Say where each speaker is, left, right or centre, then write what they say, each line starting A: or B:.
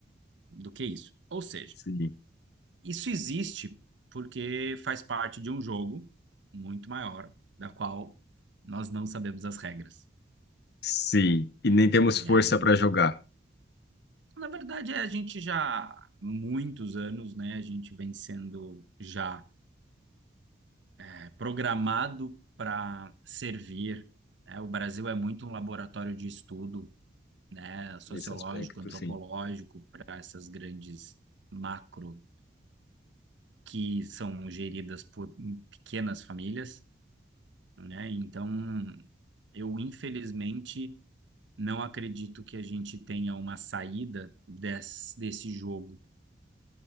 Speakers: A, on the right; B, on the left.
A: do que isso. Ou seja,
B: sim,
A: isso existe porque faz parte de um jogo muito maior, da qual nós não sabemos as regras.
B: sim. E nem temos força
A: E aí
B: para jogar
A: Na verdade, é, a gente já há muitos anos, né? A gente vem sendo já é, programado para servir, né? O Brasil é muito um laboratório de estudo, né? Sociológico,
B: nesse aspecto,
A: antropológico
B: sim,
A: para essas grandes macro que são geridas por pequenas famílias, né? Então, eu infelizmente não acredito que a gente tenha uma saída des- desse jogo